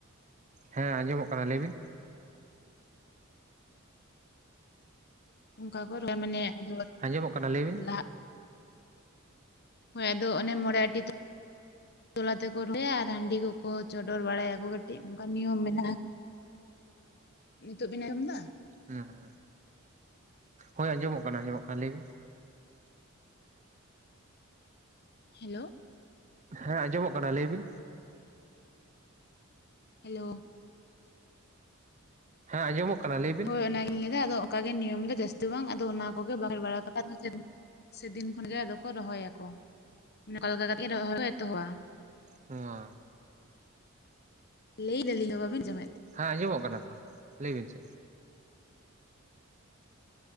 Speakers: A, on the right; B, on the left.
A: ᱦᱮᱸ ᱟᱸᱧᱡᱚᱢᱚᱜ ᱠᱟᱱᱟ ᱞᱟᱹᱭ ᱵᱤᱱ।
B: ᱚᱱᱠᱟ ᱠᱚ ᱨᱚᱦᱚᱭᱟ ᱢᱟᱱᱮ ᱟᱫᱚ
A: ᱟᱸᱧᱡᱚᱢᱚᱜ ᱠᱟᱱᱟ ᱞᱟᱹᱭ ᱵᱤᱱ।
B: ᱟᱜ ᱦᱳᱭ ᱟᱫᱚ ᱚᱱᱮ ᱢᱚᱬᱮ ᱟᱴᱤ ᱛᱚᱞᱟ ᱛᱮᱠᱚ ᱨᱚᱦᱚᱭᱟ ᱟᱨ ᱦᱟᱺᱰᱤ ᱠᱚᱠᱚ ᱪᱚᱰᱚᱨ ᱵᱟᱲᱟᱭᱟ ᱠᱚ ᱠᱟᱹᱴᱤᱡ ᱚᱱᱠᱟ ᱱᱤᱭᱚᱢ ᱢᱮᱱᱟᱜᱼᱟ।
A: <inaudible>
B: ᱱᱤᱛᱳᱜ ᱵᱤᱱ ᱟᱸᱧᱡᱚᱢ ᱫᱟ?
A: ᱦᱩᱸ, ᱦᱳᱭ ᱟᱸᱡᱚᱢᱚᱜ ᱠᱟᱱᱟ ᱟᱸᱡᱚᱢᱚᱜ ᱠᱟᱱᱟ ᱞᱟᱹᱭ ᱵᱤᱱ।
B: ᱦᱮᱞᱳ
A: ᱦᱮᱸ ᱟᱸᱡᱚᱢᱚᱜ ᱠᱟᱱᱟ ᱞᱟᱹᱭ ᱵᱤᱱ?
B: ᱦᱮᱞᱳ
A: ᱦᱮᱸ ᱟᱸᱡᱚᱢᱚᱜ ᱠᱟᱱᱟ ᱞᱟᱹᱭ ᱵᱤᱱ
B: ᱦᱳᱭ ᱚᱱᱟᱜᱤᱧ ᱞᱟᱹᱭᱫᱟ ᱟᱫᱚ ᱚᱝᱠᱟᱜᱮ ᱱᱤᱭᱚᱢ ᱫᱚ ᱡᱟᱹᱥᱛᱤ ᱵᱟᱝ ᱟᱫᱚ ᱚᱱᱟ ᱠᱚᱜᱮ ᱵᱟ ᱵᱟᱲᱟ ᱠᱟᱛᱮ ᱟᱫᱚ ᱪᱮᱫ ᱥᱮᱫᱤᱱ ᱠᱷᱚᱱᱜᱮ ᱟᱫᱚ ᱠᱚ ᱨᱚᱦᱚᱭᱟᱠᱚ, ᱚᱱᱠᱟ ᱠᱟᱛᱮ ᱨᱚᱦᱚᱭ ᱠᱚ ᱮᱛᱚᱦᱚᱵᱟ᱾
A: ᱦᱩᱸ ᱚ
B: ᱞᱟᱹᱭᱮᱫᱟᱞᱤᱧ ᱫᱚ ᱵᱟᱵᱤᱱ ᱟᱸᱡᱚᱢᱮᱫ?
A: ᱦᱮᱸ ᱟᱸᱡᱚᱢᱚᱜ ᱠᱟᱱᱟ ᱛᱚ ᱞᱟᱹᱭ ᱵᱤᱱ ᱥᱮ?